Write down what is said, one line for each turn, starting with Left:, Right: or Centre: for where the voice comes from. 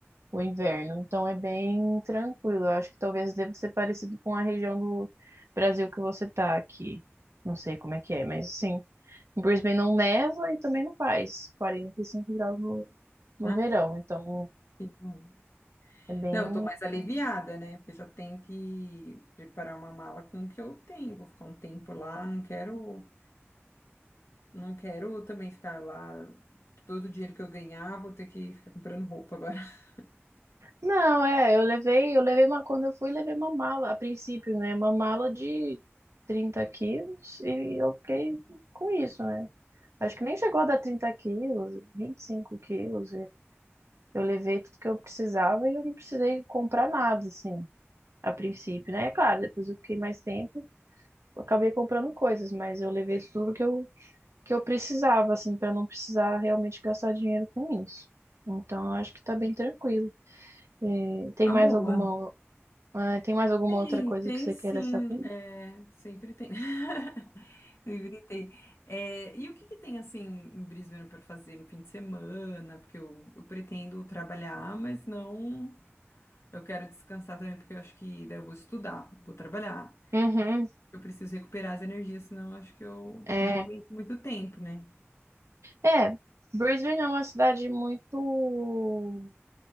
Right: o inverno. Então é bem tranquilo. Eu acho que talvez deva ser parecido com a região do Brasil que você tá aqui. Não sei como é que é, mas sim. Em Brisbane não neva e também não faz 45 graus no, no
Left: Ah,
Right: verão, então
Left: que bom.
Right: é bem.
Left: Não, eu tô mais aliviada, né? Porque já tenho que preparar uma mala com o que eu tenho. Vou ficar um tempo lá, não quero, não quero também ficar lá. Todo o dinheiro que eu ganhar, vou ter que ficar comprando roupa agora. <laughs>
Right: Não, é, eu levei, eu levei uma, quando eu fui, levei uma mala, a princípio, né? Uma mala de 30 quilos e eu fiquei com isso, né? Acho que nem chegou a dar 30 quilos, 25 quilos. e Eu levei tudo que eu precisava e eu não precisei comprar nada, assim, a princípio, né? É claro, depois eu fiquei mais tempo, eu acabei comprando coisas, mas eu levei tudo que eu que eu precisava, assim, para não precisar realmente gastar dinheiro com isso. Então, eu acho que tá bem tranquilo. É, tem
Left: Uma
Right: mais alguma,
Left: boa.
Right: ah, tem mais alguma
Left: Tem,
Right: outra coisa
Left: tem
Right: que você
Left: sim,
Right: queira saber?
Left: é, sempre tem. <laughs> Sempre tem. É, e o que que tem assim em Brisbane para fazer no fim de semana? Porque eu, eu pretendo trabalhar, mas não. Eu quero descansar também, porque eu acho que daí eu vou estudar, vou trabalhar.
Right: Uhum.
Left: Eu preciso recuperar as energias, senão eu acho que eu
Right: É,
Left: não aguento muito tempo, né?
Right: é, Brisbane é uma cidade muito,